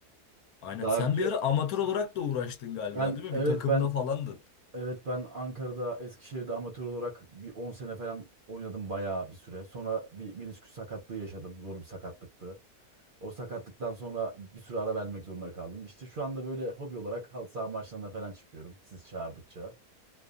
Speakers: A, on the left; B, on the right.
A: Aynen.
B: Daha
A: Sen
B: önce
A: bir ara amatör olarak da uğraştın galiba,
B: ben
A: değil mi?
B: evet
A: Bir takımda
B: ben
A: falandın.
B: Evet ben Ankara'da Eskişehir'de amatör olarak bir 10 sene falan oynadım bayağı bir süre. Sonra bir menisküs sakatlığı yaşadım. Zor bir sakatlıktı. O sakatlıktan sonra bir süre ara vermek zorunda kaldım. İşte şu anda böyle hobi olarak halı saha maçlarına falan çıkıyorum siz çağırdıkça.